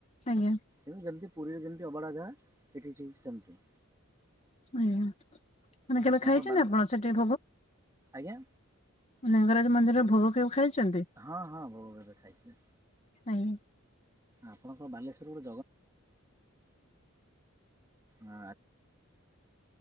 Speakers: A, on the left; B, on the right.
A: ଆଜ୍ଞା
B: ତେଣୁ ଯେମିତି ପୁରୀରେ ଯେମିତି ଅବଢା ଗାଁ ଠିକ୍ ସେମିତି।
A: ଆଜ୍ଞା ମାନେ କେବେ
B: ଆପଣଙ୍କ
A: ଖାଇଛନ୍ତି
B: ବାଲି
A: ଆପଣ ସେଠି
B: ଆଜ୍ଞା
A: ଲିଙ୍ଗରାଜ୍ ମନ୍ଦିର ଭୋଗ କେବେ ଖାଇଛନ୍ତି?
B: ହଁ ହଁ ବୋଉ ଏବେ ଖାଇଛି।
A: <unintelligible>
B: ଆପଣ କଣ ବାଲେଶ୍ୱର ଆ